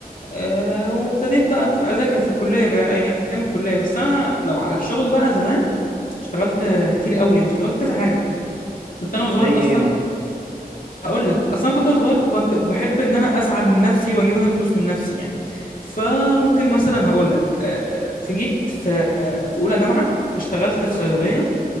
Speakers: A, on the left (about 60°); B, on the right (about 55°).
A: آه وابتديت بقى في- اذاكر في الكليه ده ايام الكليه بس انا لو على الشغل بقى زمان اشتغلت كتير قوي يعني اشتغلت كذا حاجه كنت انا وصغير
B: زي ايه
A: اصلا
B: مثلا
A: هقول لك اصلا أنا كنت وأنا صغير كنت بحب ان انا اسعى من نفسي واجيب انا الفلوس من نفسي يعني فممكن مثلا هقول لك آه، في جيت في في اولى جامعه اشتغلت في صيدليه